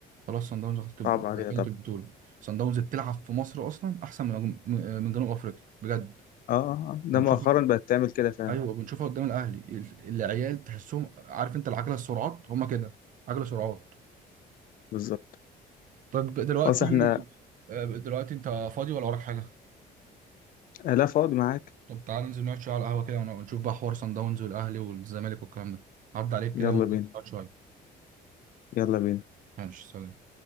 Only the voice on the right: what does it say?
خلاص صن داونز هتبقى
دخلت
البطولة صن داونز بتلعب في مصر أصلا أحسن من من جنوب أفريقيا بجد
ونشوفها
أيوه بنشوفها قدام الأهلي ال- العيال تحسهم عارف أنت العجلة السرعات هما كده عجلة سرعات
طيب دلوقتي
آه، دلوقتي أنت فاضي ولا وراك حاجة؟
طب تعال ننزل نقعد شوية على القهوة كده ونشوف بقى حوار صن داونز والأهلي والزمالك والكلام ده عدى عليك كده
ونقعد
شوية
ماشي سلام